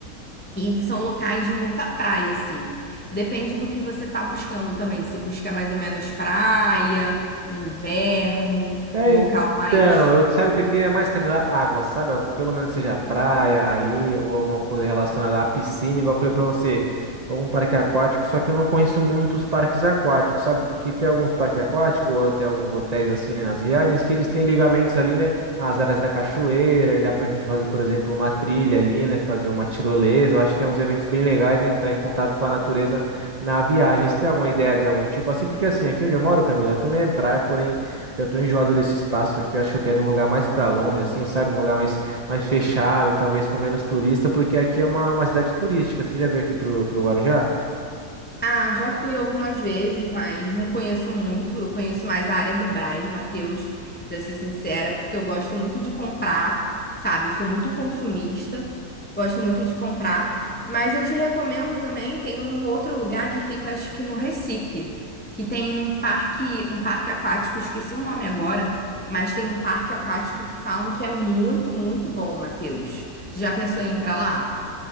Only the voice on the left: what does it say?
E são locais de muita praia, assim. Depende do que você tá buscando também. Se busca mais ou menos praia, inverno,
um local mais
Ah, já fui algumas vezes, mas não conheço muito. Eu conheço mais a área do Brás, Matheus, pra ser sincera, porque eu gosto muito de comprar, sabe? Eu sou muito consumista, gosto muito de comprar. Mas eu te recomendo também, tem um outro lugar que fica, acho que no Recife, que tem um parque, um parque aquático, esqueci o nome agora, mas tem um parque aquático que falam que é muito, muito bom, Matheus. Já pensou em ir pra lá?